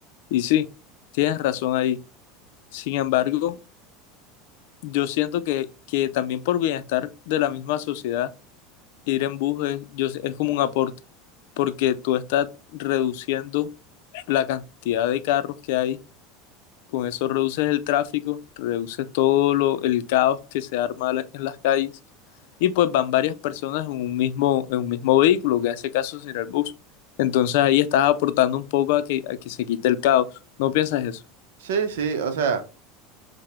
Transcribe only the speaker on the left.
Y sí, tienes razón ahí. Sin embargo, yo siento que, que también por bienestar de la misma sociedad Ir en bus es, yo sé- es como un aporte, porque tú estás reduciendo la cantidad de carros que hay, con eso reduces el tráfico, reduces todo lo, el caos que se arma la- en las calles, y pues van varias personas en un mismo, en un mismo vehículo, que en ese caso será el bus. Entonces ahí estás aportando un poco a que, a que se quite el caos. ¿No piensas eso?